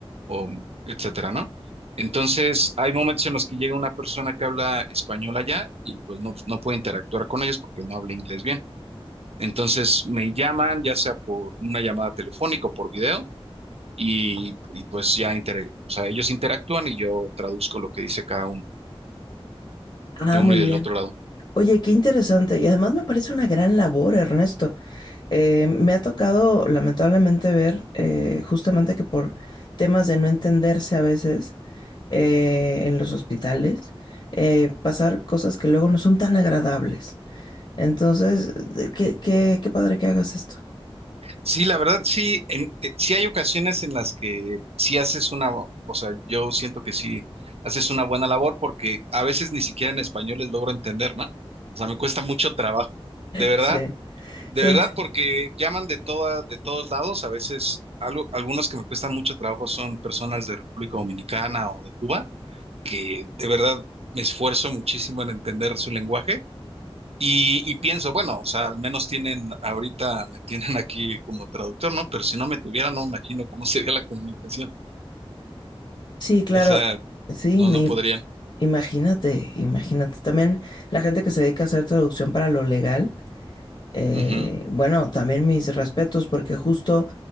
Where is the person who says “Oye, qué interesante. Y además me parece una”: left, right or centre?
Left